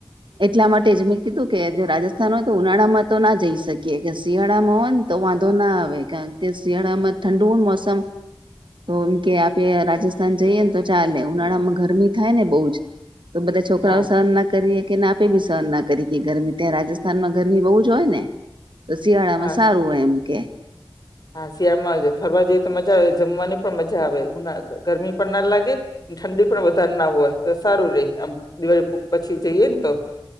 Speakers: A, on the right; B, on the left.
A: એટલા માટે જ મેં કીધું કે જો રાજસ્થાન હોય તો ઉનાળામાં તો ના જઈ શકીએ કે શિયાળામાં હોય ને. તો વાંધો ના આવે કારણ કે શિયાળામાં ઠંડુ મોસમ. તો એમ કે આપે રાજસ્થાન જઈએે ને તો ચાલે ઉનાળામાં ઘર. થાયને બ બધા છોકરાઓ
B: હા
A: સહન ના કરીએ. કેને આપે બી સહન ના કરી કે ગરમી ત્યાં રાજસ્થાન માં ગરમી બહુ જ હોય ને. તો શિયાળા
B: હા
A: માં સારું હોય એમ કે.
B: હા શિયાળમાં ફરવા જઈએ તો મજા આવે જમવાની પણ મજા આવે ઉનાળા કરતા. ગરમી પણ ના લાગે. ઠંડી પણ વધારે ના હોય તો સારું રે આમ દિવાળી પછી જઈએ ને તો.